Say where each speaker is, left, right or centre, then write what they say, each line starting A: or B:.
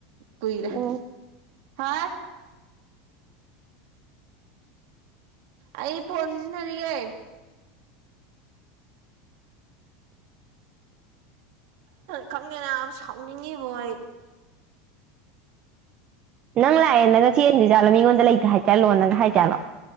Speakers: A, on the right; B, on the right.
A: ꯀꯨꯏꯔꯦ
B: ꯎꯝ
A: ꯍꯥ ꯑꯩ ꯐꯣꯟ ꯁꯤꯖꯤꯟꯅꯔꯤꯌꯦ ꯈꯪꯗꯦ ꯅꯥꯕ ꯁꯥꯎꯅꯤꯡꯉꯤꯕꯣ ꯑꯩ
B: ꯅꯪ ꯂꯥꯛꯑꯦꯅꯒ ꯆꯦꯟꯒ꯭ꯔꯤꯖꯥꯠꯂꯣ ꯃꯤꯉꯣꯟꯗ ꯂꯩꯇꯦ ꯍꯥꯏꯠꯖꯜꯂꯣꯟꯅꯒ ꯍꯥꯏ ꯖꯥꯠꯂꯣ